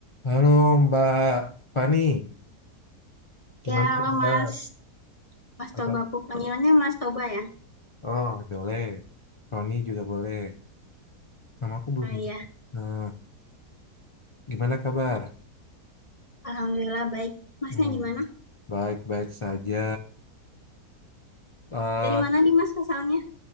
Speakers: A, on the left; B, on the left.
A: Halo Mbak Fani, gimana
B: Ya,
A: tuh
B: halo
A: Mbak?
B: Mas. Mas
A: Ada?
B: Toba, panggilannya Mas Toba ya?
A: Oh, boleh. Roni juga boleh. Nama aku belum.
B: Oh iya,
A: Nah, gimana kabar?
B: Alhamdulillah baik. Masnya
A: Hmm,
B: gimana?
A: Baik-baik saja. Eh,
B: Dari mana nih Mas asalnya?